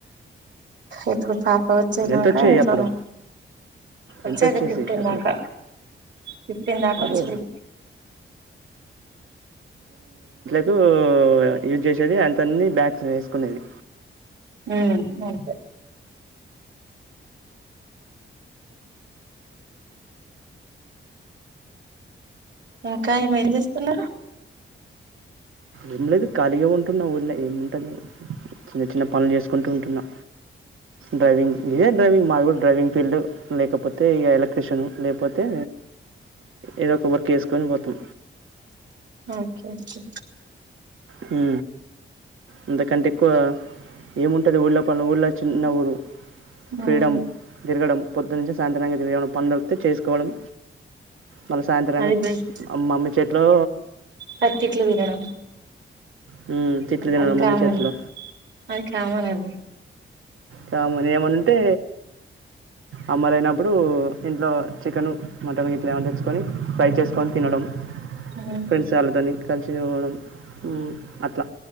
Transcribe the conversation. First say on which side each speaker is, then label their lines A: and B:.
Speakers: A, on the right; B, on the right.
A: ఎటు పాప వచ్చేదాక
B: ఎంతొచ్చాయి
A: ఇంట్లోనే
B: అప్పుడు?
A: వచ్చేది
B: ఎంతొచ్చేసాయి
A: ఫిఫ్టీన్
B: అప్పుడు?
A: దాకా ఫిఫ్టీన్ దాకా
B: అబ్బో!
A: వోచ్చెది.
B: కు యూజ్ చేసేది. అంతనాలే వ్యాక్సిన్ ఏసుకునేది.
A: ఉ అంతే ఇంకా ఏమేం చేస్తున్నారు.
B: ఏం లేదు ఖాళీగా ఉంటున్నా ఊల్లే ఏము ఉంటది. మేడం చిన్న చిన్న పనులు చేసుకుంటూ ఉంటున్నా డ్రైవింగ్ ఏ డ్రైవింగ్ మాది గూడ డ్రైవింగ్ ఫీల్డ్ లేకపోతే ఇగా ఎలక్ట్రిషియన్ లే పోతే ఏధో కొబరు కేసు తేని వోతం
A: ఓకే ఓకే
B: హ్ అంతకంటే ఎక్కువ ఏముంటది ఊళ్ళ పనులు ఊళ్ళ చిన్న ఊరు
A: ఉమ్
B: ఫ్రీడమ్ తిరగడం పోద్దునా నుంచి సాయంత్రంగా తిరిగి ఏమన్నా పనులు చేసుకోవడం మళ్ళీ సాయంత్రం
A: అది
B: గా
A: బెస్ట్
B: మమ్మీ చేతిలో
A: పచ్చిట్లు తినడం
B: హ్ తిట్లు తినాల
A: అది
B: మమ్మీ
A: కామన్
B: చేతీ ల
A: అది కామన్ అది
B: కామన్ ఏమన్న ఉంటే అమ్మ లేన నప్పుడు ఇంట్లో చికెను మటన్ గిట్లా ఏమన్న తెచ్చుకొని ఫ్రై చేసుకొని తినడం.
A: ఉమ్
B: ఫ్రెండ్స్ చాలదని కలిసి చదువుకోవడం హ్ హ్